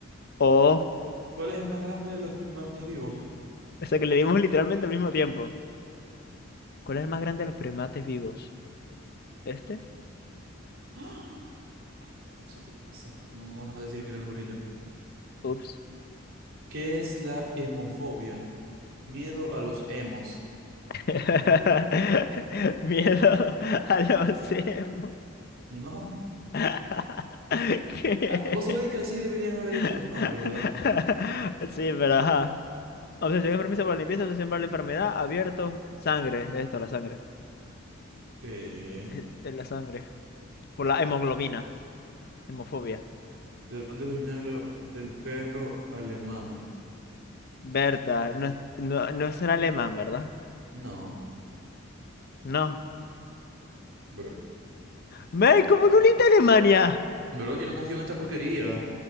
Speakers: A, on the left (about 50°); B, on the right (about 85°).
A: O.
B: ¿Cuál es el más grande de los primates vivos?
A: O sea que le dimos literalmente al mismo tiempo. ¿Cuál es el más grande de los primates vivos? ¿Este?
B: ¡Ah! Ay, causa, te pasaste. ¿Cómo no vas a decir que era el gorila?
A: Ups.
B: ¿Qué es la hemofobia? Miedo a los hemos.
A: <laughs> Miedo a los emo.
B: No.
A: <laughs> ¿Qué?
B: Ah, Vos sabés que así deberían haber hecho
A: <laughs>
B: los nombres, ¿verdad?
A: Sí, pero ajá. Obsesión enfermiza por la limpieza, obsesión por la enfermedad, abierto, sangre, esto, la sangre.
B: ¿Qué?
A: Eh, eh, La sangre. Por la hemoglobina, hemofobia.
B: ¿De dónde es originario el perro alemán?
A: Berta, no, es- no, no será alemán, ¿verdad?
B: No.
A: No.
B: Bro,
A: ¡Mel, cómo no leíste Alemania!
B: bro, yo no confío en esta porquería.